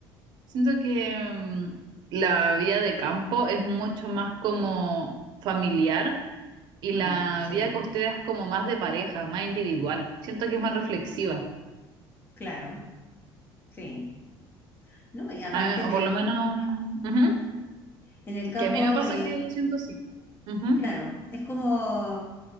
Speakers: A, on the right; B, on the left.
A: Siento que mm, la vida de campo es mucho más como familiar Y
B: Mm,
A: la
B: sí,
A: vida costera es como más de pareja, más individual. Siento que es más reflexiva.
B: claro, sí. No, y aparte
A: A mí-
B: en
A: o
B: el,
A: por lo menos, ujú,
B: en el campo,
A: Que a mí me pasa
B: eh,
A: que lo siento así. Ujú.
B: claro, es como